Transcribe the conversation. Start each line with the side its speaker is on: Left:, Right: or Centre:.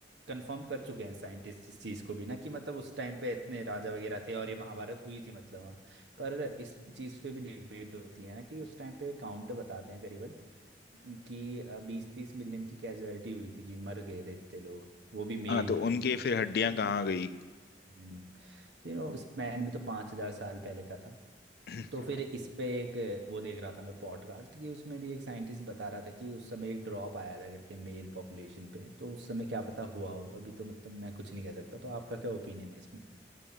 Right: कंफर्म कर चुके हैं साइंटिस्ट इस चीज़ को भी ना कि मतलब उस टाइम पे इतने राजा वगैरह थे और ये महाभारत हुई थी मतलब वहाँ पर इस चीज़ पे भी डिबेट होती है ना कि उस टाइम पे काउंट बताते हैं करीबन कि बीस तीस मिलियन की कैजुअलिटी हुई थी कि मर गए थे इतने लोग वो भी मेल
Left: हाँ तो
Right: खाली
Left: उनके फिर हड्डियां
Right: तो-
Left: कहाँ गई
Right: हम्म, फिर वो स्पैन भी तो पाँच हजार साल पहले का था
Left: <clears throat>
Right: तो फिर इस पे एक वो देख रहा था मैं पॉडकास्ट कि उसमें भी एक साइंटिस्ट बता रहा था कि उस समय एक ड्रॉप आया था करके मेल पॉपुलेशन पे तो उस समय क्या पता हुआ हो अभी तो मतलब मैं कुछ नहीं कह सकता तो आपका क्या ओपिनियन है इसमें